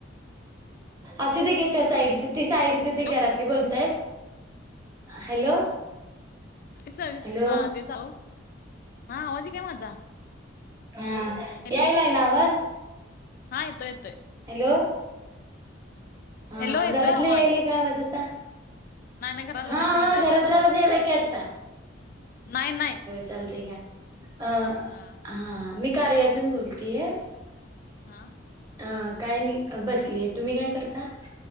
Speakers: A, on the right; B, on the left.
A: असू दे घे त्या साईडचे ते साईटचे ते
B: हॅलो
A: घरातली बोलतायेत. हॅलो.
B: सग
A: हॅलो.
B: हा तेच आहो हा आवाज येतोय काय माझा
A: हां...
B: हॅलो
A: यायलाय ना आवाज.
B: हा. येतोय येतोय.
A: हॅलो, हा
B: हॅलो येतोय
A: घरातलं
B: आवाज
A: यायलय का आवाज आता.
B: नाही नाही घराला
A: हा
B: नाही तुमचा
A: हा..
B: यायला
A: घरातला
B: आता बोला
A: आवाज यायलाय की आता.
B: नाही नाही.
A: चालते घ्या, अं..
B: हा
A: हा मी कार्यातून बोलतेय.
B: हां.
A: अं.. काय नाही बसलीये, तुम्ही काय करता.